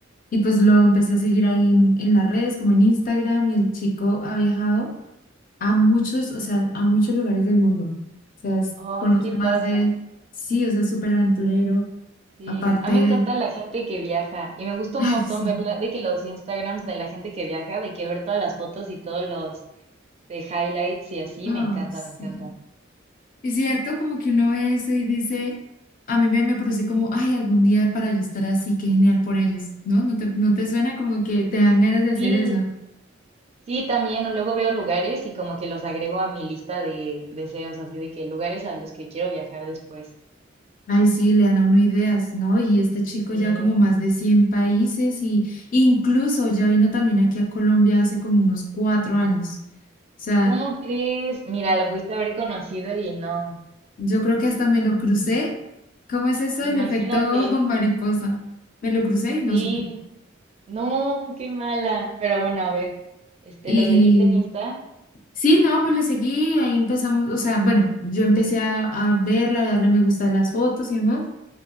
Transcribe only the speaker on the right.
ay,
qué padre,
¿eh?
sí,
a mí me encanta la gente que viaja y me gusta
un montón
verla, de que los Instagrams de la gente que viaja, de que ver todas las fotos y todos los de highlights y así,
me encanta,
me encanta.
Sí,
Sí, también o luego veo lugares y como que los agrego a mi lista de deseos, así de que lugares a los que quiero viajar después.
Sí.
¿Cómo crees? Mira, lo pudiste haber conocido y no.
Imagínate.
Sí.
No, qué mala. Pero bueno, a ver. Este,
¿lo seguiste en Insta?